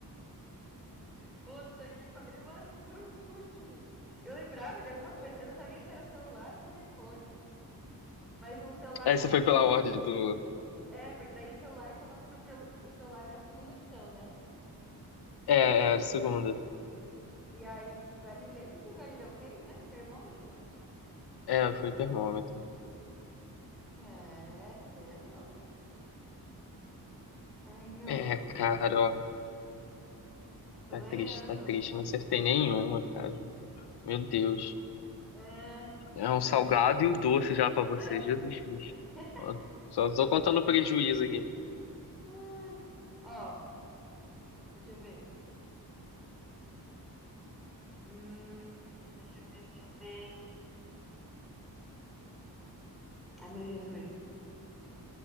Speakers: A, in the centre; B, on the left.
A: Puta que pariu, mano, puro chute. Eu lembrava de alguma coisa. Eu não sabia se era celular ou telefone. Mas o celular
B: Essa
A: tava
B: foi
A: no.
B: pela ordem do.
A: É, porque daí o celular tava por. Pelo... O celular é a segunda opção, né?
B: É, é, segunda.
A: E aí, Galileu. O que que o Galileu fez mesmo? Termômetro?
B: É, foi termômetro.
A: É, tá vendo? Aí, ó.
B: É, cara, ó,
A: Tô
B: tá
A: ganhando.
B: triste, tá triste. Não acertei nenhuma, cara. Meu Deus.
A: É,
B: É
A: deixa
B: um salgado
A: eu ver.
B: e um doce já pra você,
A: É.
B: Jesus Cristo.
A: <laughs>
B: Ó, só tô contando prejuízo aqui.
A: Ai. Ó, deixa eu ver. Hum, deixa eu ver, deixa eu ver. Ai, meu Jesus.